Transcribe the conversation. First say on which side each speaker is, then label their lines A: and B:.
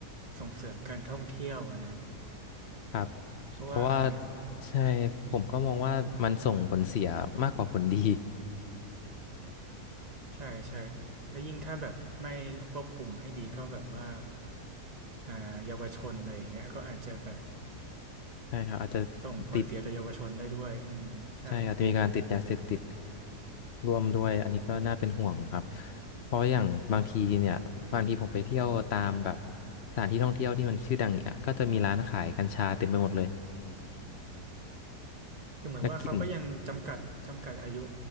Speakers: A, on the right (about 25°); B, on the left (about 55°).
A: ส่งเสริมการท่องเที่ยวอะนะ
B: ครับ
A: เพราะว่าอ่า
B: เพราะว่าใช่ผมก็มองว่ามันส่งผลเสียมากกว่าผลดี
A: ใช่ใช่แล้วยิ่งถ้าแบบไม่ควบคุมให้ดีก็แบบว่าอ่าเยาวชนอะไรอย่างเงี้ยก็อาจจะแบบ
B: ใช่ครับอาจจะ
A: ส่งผลเสียต่อเยาวชนได้ด้วยอืมใช่
B: ติดใช่อาจจะมีการติดยาเสพติดร่วมด้วยอันนี้ก็น่าเป็นห่วงครับเพราะอย่างบางทีเนี่ยบางทีผมไปเที่ยวตามแบบสถานที่ท่องเที่ยวที่มันชื่อดังเนี่ยก็จะมีร้านขายกัญชาเต็มไปหมดเลย
A: แต่เหมือนว่าเขาก็ยังจำกัดจำกัดอายุ
B: แล้วกลิ่น